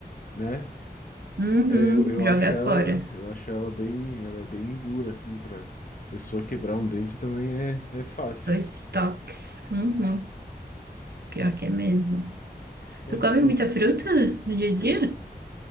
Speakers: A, on the left; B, on the right.
A: Né?
B: Uhum,
A: É, eu, eu
B: joga
A: acho ela,
B: fora.
A: eu acho ela bem, ela é bem dura, assim, pra pessoa quebrar um dente também é, é fácil,
B: Dois toques. Uhum,
A: né?
B: pior que é mesmo.
A: Mas
B: Tu come
A: e tudo.
B: muita fruta no dia a dia?